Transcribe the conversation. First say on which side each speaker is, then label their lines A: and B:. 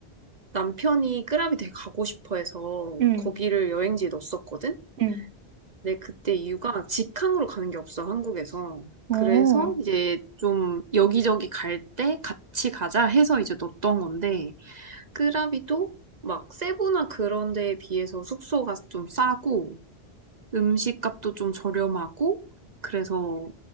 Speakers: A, on the right; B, on the right.
A: 남편이 끄라비 되게 가고 싶어 해서
B: 응,
A: 거기를 여행지에 넣었었거든?
B: 응,
A: 근데 그때 이유가 직항으로 가는 게 없어, 한국에서.
B: 어.
A: 그래서 이제 좀 여기저기 갈 때 같이 가자 해서 이제 넣었던 건데 끄라비도 막 세부나 그런 데에 비해서 숙소가 좀 싸고 음식값도 좀 저렴하고 그래서